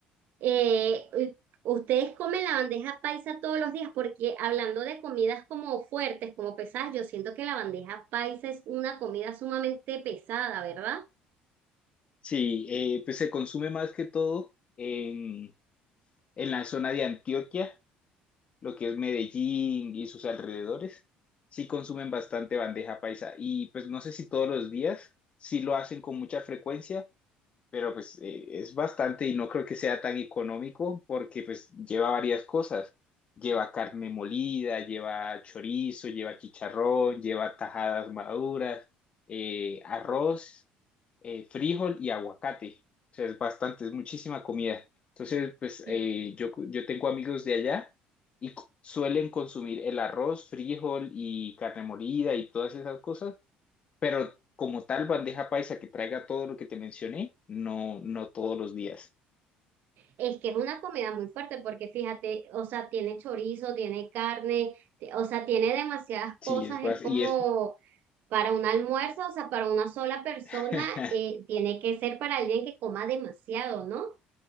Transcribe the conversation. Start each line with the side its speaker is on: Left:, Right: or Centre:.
Right: Eh, eh, ¿ustedes comen la bandeja paisa todos los días? Porque hablando de comidas como fuertes, como pesadas, yo siento que la bandeja paisa es una comida sumamente pesada, ¿verdad?
Left: Sí, eh, pues se consume más que todo en, en la zona de Antioquia lo que es Medellín y sus alrededores, sí consumen bastante bandeja paisa y pues no sé si todos los días, sí lo hacen con mucha frecuencia, pero pues eh, es bastante y no creo que sea tan económico porque pues lleva varias cosas. Lleva carne molida, lleva chorizo, lleva chicharrón, lleva tajadas maduras, eh, arroz eh, frijol y aguacate. O sea, es bastante, es muchísima comida. Entonces, pues
Right: Sí.
Left: eh, yo, yo tengo amigos de allá y cu- suelen consumir el arroz, frijol y carne molida y todas esas cosas, pero como tal bandeja paisa que traiga todo lo que te mencioné, no, no todos los días.
Right: Es que es una comida muy fuerte porque fíjate, o sea, tiene chorizo, tiene carne, te- o sea, tiene demasiadas
Left: Sí,
Right: cosas,
Left: es bas-
Right: es como
Left: y es
Right: para un almuerzo, o sea, para una sola persona,
Left: <laughs>
Right: eh, tiene que ser para alguien que coma demasiado, ¿no?